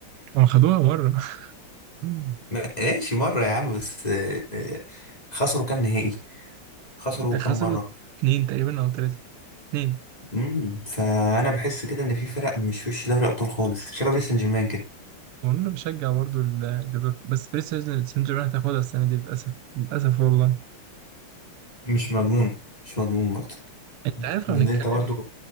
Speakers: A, on the right (about 85°); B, on the left (about 15°).
A: ما خدوها مرة <laughs>
B: ما- ماشي مره يا عم بس آه، آه، خسروا كام نهائي خسروا
A: ده
B: كام
A: خسروا
B: مره
A: اتنين تقريبا أو تلاتة اتنين
B: امم فانا بحس كده ان في فرق مش وش دوري ابطال خالص شباب باريس سان جيرمان كده
A: وانا بشجع برضو ال- ليفربول بس باريس سان سان جيرمان هتاخدها السنة دي للأسف للأسف والله
B: مش مضمون مش مضمون برضه
A: أنت عارف
B: لان
A: لو هنتكلم
B: انت برضه